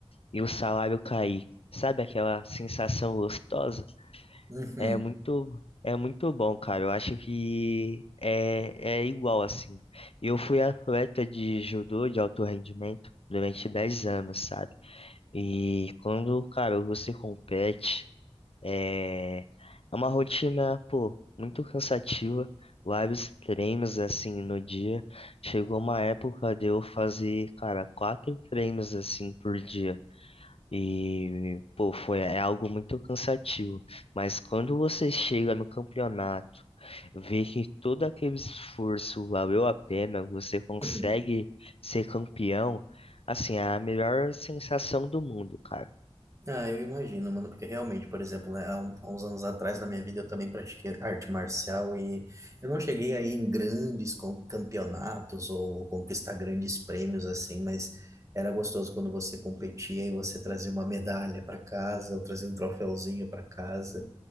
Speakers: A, on the left; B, on the right.
A: e o salário cair. Sabe aquela sensação gostosa?
B: Uhum.
A: É muito, é muito bom, cara. Eu acho que é, é igual assim. Eu fui atleta de judô de alto rendimento durante 10 anos, sabe? E quando, cara, você compete, é, é uma rotina, pô, muito cansativa. Vários treinos assim no dia. Chegou uma época de eu fazer, cara, quatro treinos assim por dia. E, pô, foi, é algo muito cansativo. Mas quando você chega no campeonato, vê que todo aquele esforço valeu a pena, você consegue
B: <laughs>
A: ser campeão, assim, é a melhor sensação do mundo, cara.
B: Ah, eu imagino, mano, porque realmente, por exemplo, né, há um- há uns anos atrás na minha vida eu também pratiquei arte marcial e eu não cheguei aí em grandes com- campeonatos ou conquistar grandes prêmios assim, mas era gostoso quando você competia e você trazia uma medalha para casa ou trazia um troféuzinho para casa.